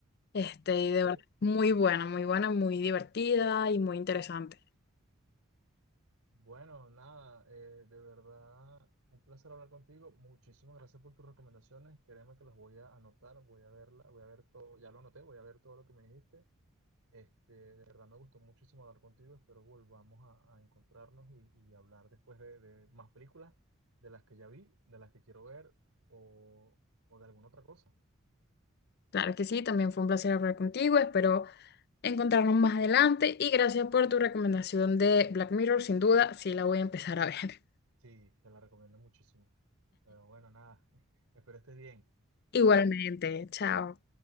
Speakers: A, on the left (about 50°); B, on the right (about 85°).
A: Este, y
B: ok.
A: de verdad, muy buena, muy buena, muy divertida y muy interesante.
B: Bueno, nada, eh, de verdad, un placer hablar contigo. Muchísimas gracias por tus recomendaciones. Créeme que las voy a anotar, voy a verla, voy a ver todo, ya lo anoté, voy a ver todo lo que me dijiste. Este, de verdad me gustó muchísimo hablar contigo. Espero volvamos a, a encontrarnos y, y hablar después de, de más películas, de las que ya vi, de las que quiero ver o, o de alguna otra cosa.
A: Claro que sí, también fue un placer hablar contigo. Espero encontrarnos más adelante y gracias por tu recomendación de Black Mirror, sin duda, sí la voy a empezar a ver.
B: Sí, te la recomiendo muchísimo. Pero bueno, nada, <laughs> espero estés bien.
A: <laughs> Igualmente,
B: Chao.
A: chao.